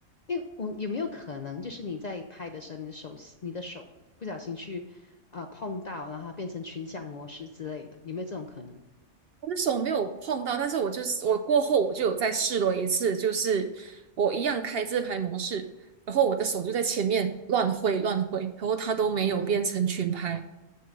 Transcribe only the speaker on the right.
我的手没有碰到，但是我就是我过后我就有再试了一次，就是我一样开自拍模式，然后我的手就在前面乱挥乱挥，然后它都没有变成群拍，